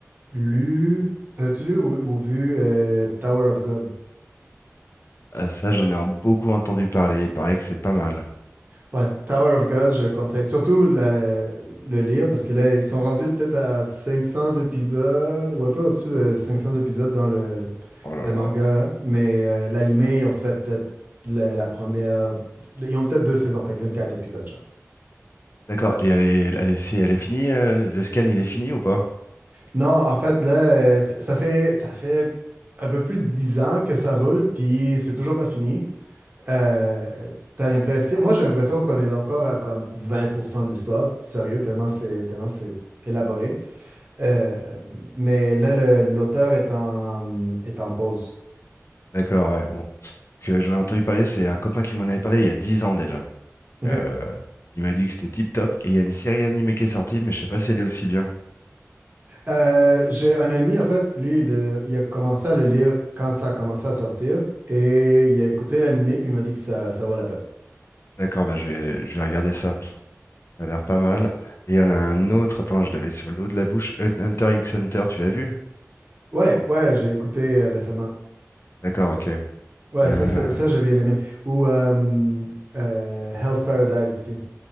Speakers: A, on the right (about 35°); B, on the left (about 50°).
A: lu, t'avais-tu lu ou, ou vu euh, Tower of God?
B: Ah, ça, j'en ai en- beaucoup entendu parler. Il paraît que c'est pas mal.
A: Ouais, Tower of God, je conseille surtout la- le lire parce que là, ils sont rendus peut-être à 500 épisodes ou un peu au-dessus de 500 épisodes dans le,
B: Oh là
A: le
B: là.
A: manga, mais euh, l'anime, ils ont fait peut-être la, la première. Ils ont peut-être deux saisons, fait que 24 épisodes, genre.
B: D'accord. Et elle est, elle est- c'est- elle est finie, euh, le le scan, il est fini ou pas?
A: Non, en fait, là, euh, ça, ça fait, ça fait un peu plus de 10 ans que ça roule, puis c'est toujours pas fini. Euh, t'as l'impression, moi, j'ai l'impression qu'on est encore à comme 20% de l'histoire, sérieux, tellement c'est, tellement c'est élaboré. Euh, mais là, le- l'auteur est en, est en pause.
B: D'accord, ouais. Bon. Parce que j'en ai entendu parler, c'est un copain qui m'en avait parlé il y a 10 ans déjà.
A: OK.
B: Euh, il m'a dit que c'était tip top. Et il y a une série animée qui est sortie, mais je sais pas si elle est aussi bien.
A: Euh, j'ai un ami, en fait, lui, il, a il a commencé à le lire quand ça a commencé à sortir, et il a écouté l'animé, puis il m'a dit que ça, ça vaut la peine.
B: D'accord, bah je vais, je vais regarder ça. Ça a l'air pas mal. Et il y en a un autre, attends, je l'avais sur l'eau de la bouche. Hunter x Hunter, tu l'as vu?
A: Ouais, ouais, j'ai écouté euh, récemment.
B: D'accord, ok.
A: Ouais,
B: Euh,
A: ça, c'est- ça, j'ai bien aimé. Ou euh, euh, Hell's Paradise aussi.